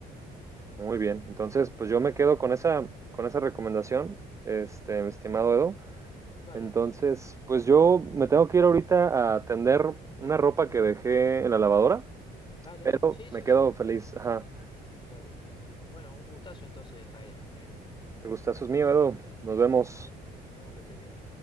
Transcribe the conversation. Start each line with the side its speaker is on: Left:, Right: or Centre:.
Right: Muy bien. Entonces, pues yo me quedo
Left: Bueno,
Right: con esa, con esa recomendación, este, mi estimado Edo.
Left: vale.
Right: Entonces, pues yo me tengo que ir ahorita a tender una ropa que dejé en la lavadora,
Left: Dale.
Right: pero
Left: Sí,
Right: me
Left: sí,
Right: quedo
Left: sí.
Right: feliz. Ajá.
Left: Dale. Bueno, un gustazo entonces, Jair, ¿eh?
Right: Te Gustazos mío, Edu. Nos vemos.
Left: Dale. Nos vemos que estés bien.